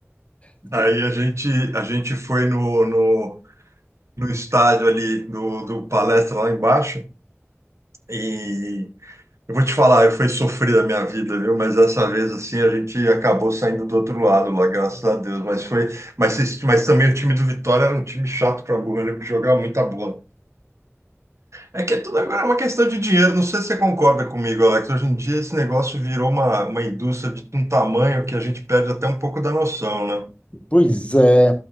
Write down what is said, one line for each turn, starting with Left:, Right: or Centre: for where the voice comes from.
Left: É.
Right: Aí a gente, a gente foi no, no, no estádio ali do, do Palestra lá embaixo. E Eu vou te falar, foi sofrida a minha vida, viu? Mas dessa vez, assim, a gente acabou saindo do outro lado lá, graças a Deus. Mas foi, mas, vocês- mas também o time do Vitória era um time chato pra burro, ele jogava muita bola. É que tudo agora é uma questão de dinheiro. Não sei se você concorda comigo, Alex. Hoje em dia esse negócio virou uma, uma indústria de um tamanho que a gente perde até um pouco da noção, né?
Left: Pois é,